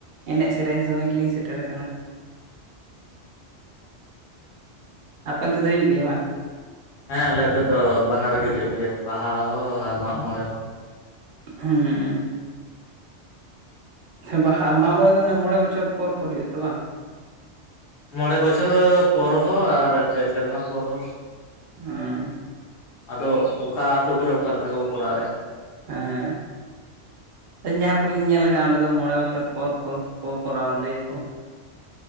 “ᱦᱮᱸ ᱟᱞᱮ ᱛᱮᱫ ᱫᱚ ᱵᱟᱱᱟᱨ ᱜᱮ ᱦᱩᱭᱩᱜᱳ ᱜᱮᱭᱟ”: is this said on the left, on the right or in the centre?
Left